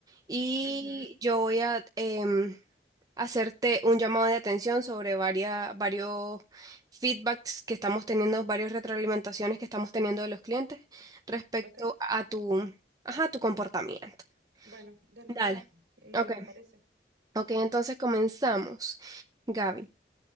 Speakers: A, on the right; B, on the right.
A: y
B: Ujú,
A: yo voy a em, hacerte un llamado de atención sobre varia- varios feedbacks que estamos teniendo, varias retroalimentaciones que estamos teniendo de los clientes respecto
B: Ok,
A: a tu, ajá, tu comportamiento.
B: bueno, dale,
A: Dale.
B: está bien. Dale,
A: Ok.
B: me parece.
A: Ok, entonces comenzamos. Gaby.